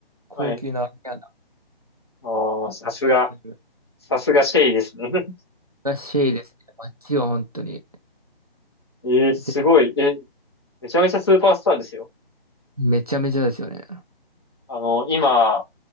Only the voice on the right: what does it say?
高級なレアな
やつ
がシェイですね。あっちは本当に
ぜ
めちゃめちゃですよね。